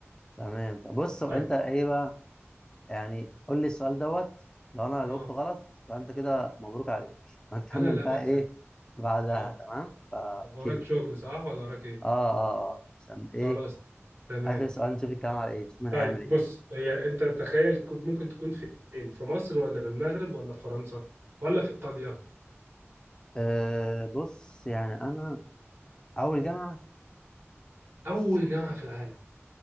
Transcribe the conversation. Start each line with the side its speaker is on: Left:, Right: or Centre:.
Left: تمام طب بص هو
Right: طيب
Left: أنت إيه بقى يعني قول لي السؤال دوت لو أنا جاوبته
Right: أه
Left: غلط فأنت كده مبروك عليك هنكمل
Right: أنا اللي
Left: بقى
Right: هبكسب
Left: إيه بعدها
Right: أه
Left: تمام فا
Right: طب
Left: أوكي
Right: وراك شغل صح ولا وراك إيه
Left: آه آه آه عشان
Right: خلاص
Left: إيه
Right: تمام
Left: آخر سؤال نشوف الكلام على إيه نشوف مين
Right: طيب
Left: هيعمل إيه
Right: بص
Left: بقى
Right: هي انت تخيل كنت ممكن تكون فين في مصر ولا في المغرب ولا في فرنسا ولا في ايطاليا
Left: آه بص يعني أنا أول جامعة
Right: اول
Left: مش
Right: جامعه في العالم